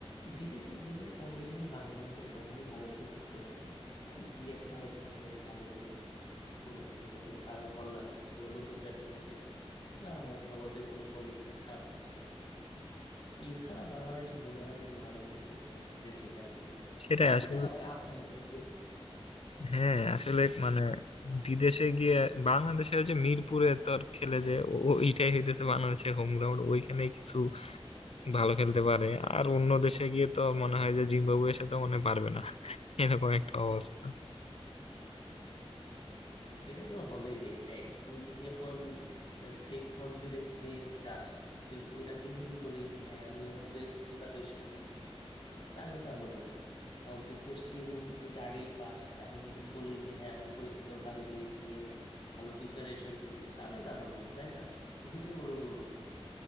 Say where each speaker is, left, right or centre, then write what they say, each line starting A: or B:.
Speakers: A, on the left; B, on the left.
A: বিদেশের যে কোনো কন্ডিশনে বাংলাদেশ আসলে কখনোই ভালো কিছু করতে পারে নাই ওই দুই একটা হয়তো ম্যাচ ভালো খেলে দিছে কোনোদিন হয়তো বা কারো কল্যাণে হয়তো বা নতুন ব্যাটসম্যান ছিল না হয়তো বা ওদের কোনো বোলিং খারাপ করছে এছাড়া বাংলাদেশ মনে হয় না যে ভালো কিছু করতে পারছে দেশের বাইরে গিয়ে
B: সেটাই
A: কয়েকটা
B: আসলে
A: ওই আছে হয়তো বা করছে।
B: হ্যাঁ আসলে মানে বিদেশে গিয়ে বাংলাদেশের যে মিরপুরে তো আর খেলে যে ও- ও- ওইটাই হইতেছে বাংলাদেশের হোম গ্রাউন্ড ওইখানে কিছু ভালো খেলতে পারে আর অন্য দেশে গিয়ে তো মনে হয় যে জিম্বাবুয়ের সাথে মনে হয় পারবে না <laughs> এরকম একটা অবস্থা
A: এটা তো হবেই রে দেখ তুই যদি এখন মানে ফেক কনফিডেন্স নিয়ে যাস তুই ওটাকেই যদি বলিস যে হ্যাঁ আমি আমার বেস্ট প্রিপারেশন নিয়েছি তাহলে তো আর হলো না এখন তুই কোশ্চিন যদি আগেই পাস এখন বলি যে হ্যাঁ আমি পরীক্ষা তো ভালো দিয়েছি আমি ভালো প্রিপারেশন নিয়েছি তাহলে তার হলো না তাই না বিষয়টা ওরকমই